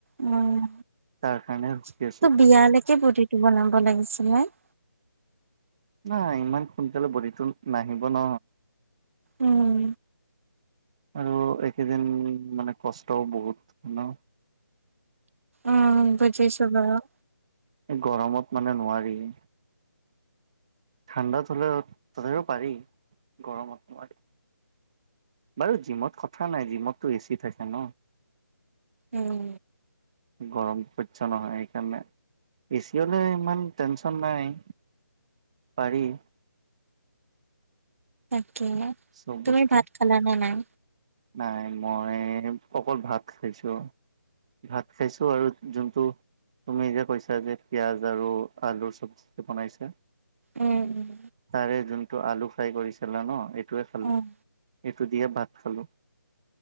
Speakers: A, on the right (about 45°); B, on the right (about 20°).
A: উম
B: তাৰ কাৰণে ৰখি
A: তোৰ
B: আছো
A: বিয়ালেকে বডিটো বনাব লাগিছিলে <unintelligible>
B: নাই ইমান সোনকালে বডিটো নাহিব ন
A: উম
B: আৰু এইকেদিন মানে কষ্টও বহুত ন
A: উম বুজিছো বাৰু
B: এই গৰমত মানে নোৱাৰি <unintelligible> ঠাণ্ডাত হলেও তথাপিও পাৰি গৰমতাৰ <unintelligible> বাৰু জিমত কথা নাই জিমততো এচি থাকে ন
A: উম
B: গৰমটো সহ্য নহয় সেইকাৰণে এ চি হলে ইমান টেনচন নাই পাৰি <inaudible>
A: তাকে
B: চব
A: তুমি
B: বস্তু
A: ভাত খালা নে নাই
B: নাই মই অকল ভাত খাইছোঁ ভাত খাইছো আৰু যোনটো তুমি যে কৈছা যে পিঁয়াজ আৰু আলুৰ চব্জি বনাইছো
A: উম, উম,
B: তাৰে যোনটো আলু ফ্ৰাই কৰিছিলা ন সেইটোৱে খালো
A: অ',
B: <unintelligible> এইটো দিয়ে ভাত খালোঁ